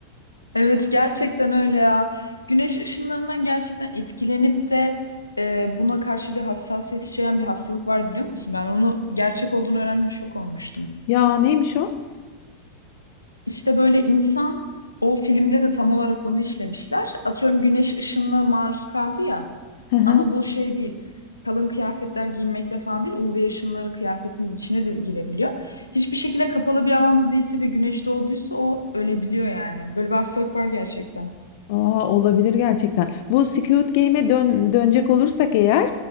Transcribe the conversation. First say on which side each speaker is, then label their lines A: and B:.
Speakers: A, on the left; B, on the left.
A: Evet gerçekten öyle ya. Güneş ışınlarından gerçekten etkilenip de e, buna karşı bir hassasiyet içeren bir hastalık var biliyor musun? Ben onu gerçek olduğunu öğrendim şok olmuştum.
B: Ya neymiş o?
A: İşte böyle insan o filmde de tam olarak onu işlemişler. Atıyorum güneş ışınına maruz kaldı ya
B: Hı hı.
A: ama bu şey değil. Kalın kıyafetler giymekle falan değil. UV ışınları kıyafetin içine de girebiliyor. Hiçbir şekilde kapalı bir alanda değilse ve güneş doğduysa o ölebiliyor yani. Böyle bir hastalık var gerçekten.
B: Aa, olabilir gerçekten. Bu Squid Game'e dön dönecek olursak eğer